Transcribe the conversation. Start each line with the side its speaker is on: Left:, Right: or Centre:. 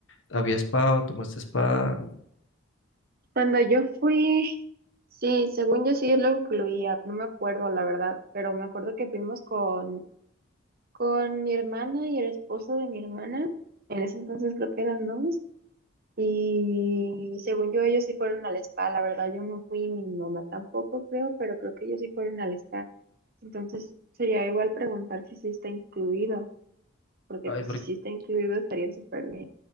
Left: había spa o tomaste spa.
Right: Cuando yo fui, sí, según yo sí lo incluía, no me acuerdo la verdad, pero me acuerdo que fuimos con, con mi hermana y el esposo de mi hermana, en ese entonces creo que eran novios. Y según yo, ellos sí fueron al spa, la verdad yo no fui, mi mamá tampoco creo, pero creo que ellos sí fueron al spa. Entonces sería igual preguntar si sí está incluido, porque
Left: Ay,
Right: pues si sí está incluido estaría súper bien.